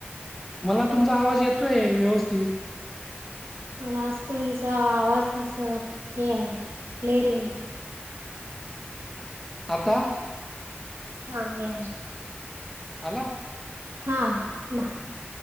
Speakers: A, in the centre; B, on the right (about 80°).
A: मला तुमचा आवाज येतोय व्यवस्थित
B: मला आज तुमचा आवाज कस केल क्लेअरी
A: आता
B: हा ये
A: आला
B: हा बा